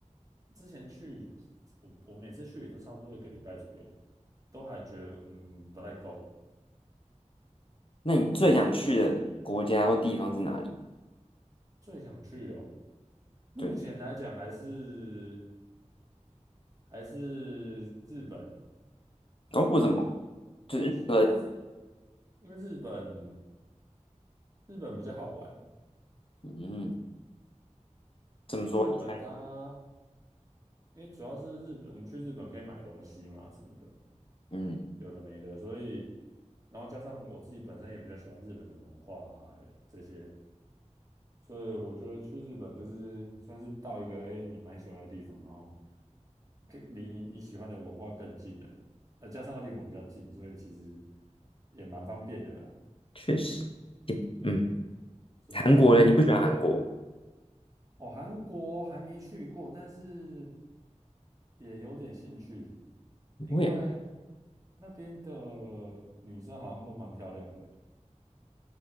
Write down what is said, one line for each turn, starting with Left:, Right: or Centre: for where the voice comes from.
Right: 之前去，我我每次去也都差不多一个礼拜左右，都还觉得嗯不太够。
Left: 那你最想去的国家或地方是哪里？
Right: 对，最想去哦。目前来讲还是
Left: 对，
Right: 还是日本啊，
Left: 哦，为什么？就是呃，
Right: 目因为日因为日本日本比较好玩，
Left: 嗯，怎么说？
Right: 日本它
Left: 你看
Right: 因为主要是日本，我们去日本可以买东西嘛什么的，
Left: 嗯，
Right: 有的没的，所以然后加上我自己本身也比较喜欢日本的文化啊这些，所以我觉得去日本就是你算是到一个哎、诶你蛮喜欢的地方，然后可以离你喜欢的文化更近了，那加上又离我们比较近，所以其实也蛮方便的啦。
Left: 确实，也嗯，
Right: 对，主要是去哎、
Left: 韩国嘞，你不喜欢韩国？
Right: 诶哦，韩国还没去过，但是也有点兴趣，因为
Left: 不会啊，
Right: 那边的女生好像都蛮漂亮的，